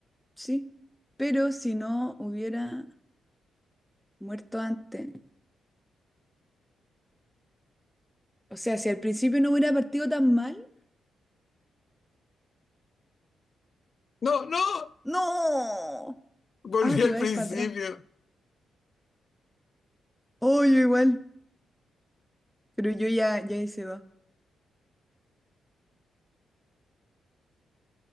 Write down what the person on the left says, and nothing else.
No, no.
Volví
al
principio.